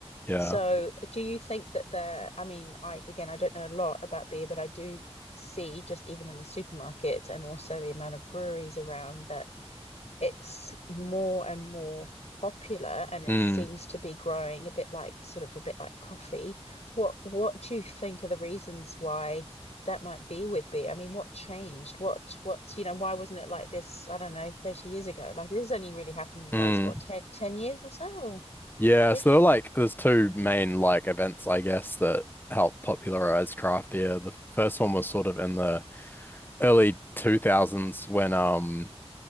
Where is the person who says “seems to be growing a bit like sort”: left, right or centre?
Left